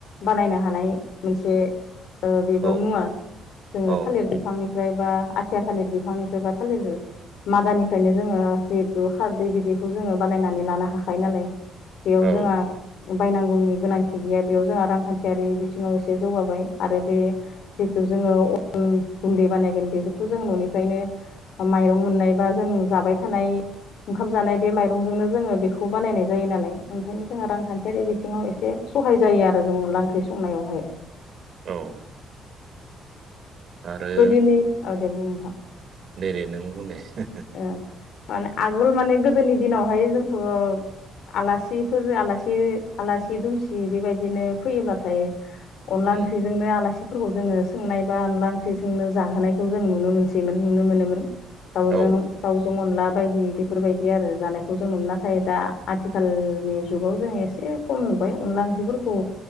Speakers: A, on the left (about 75°); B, on the right (about 60°).
A: बानायनो हानाय मोनसे ओ बेबो
B: औ
A: मुवा जोङो
B: औ
A: थालिर बि फांनिफ्राय बा आथिया थालिर बिफांनिफ्राय बा थालिर मादानिफ्रायनो जोङो जिहेथु खारदै बिदैखौ जोङो बानायनानै लानो हाखायो नालाय बेयाव
B: औ
A: जोंहा बायनांगौनि गोनांथि गैया बेयाव जोंहा रांखान्थियारि बिथिङाव एसे जौगाबाय आरो बे जितु जोङो अन गुन्दै बानायगोन बेबोथ' जों न'निफ्रायनो माइरं मोननाय बा जों जाबाय थानाय ओंखाम जानाय बे माइ जोंनो जोङो बेखौ बानायनाय जायो नाल ओंखायनो ज रांखान्थि फाइखारि बिथिङाव एसे सहाय जायो आरो जों अनला ओंख्रि संनायावहाय
B: औ आरो
A: गोदोनि औ दे बुं नोंथां
B: दे दे नों बुं दे हो हो
A: ओ माने आगोल माने गोदोनि दिनावहाय जोंथ' आलासिफोर आला सि आलासि दुमसि बेबायदिनो फैयोब्लाथाय अनला
B: उम
A: ओंजोंनो आलासि फोरखौ जोङो सोंनाय बा अनला ओंख्रि संनो जाहोनायखौ जों नुनो मोनसैमोन नुनो मोनोमोन दाउजों
B: औ
A: दाउजों अनला बायदि बेफोरबायदि आरो जानायखौ जों नुनो नाथाय दा आथिखालनि जुगाव जों एसे खम नुबाय अनला ओंख्रिफोरखौ